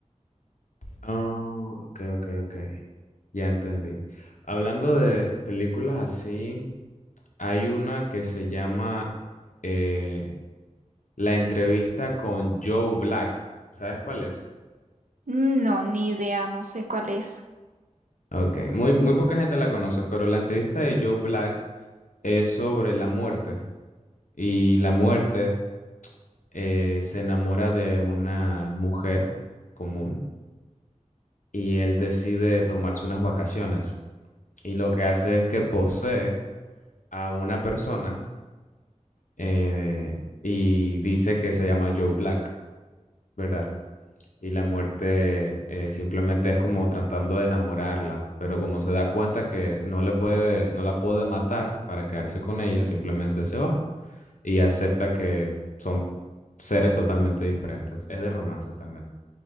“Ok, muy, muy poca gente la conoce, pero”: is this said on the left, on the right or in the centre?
Left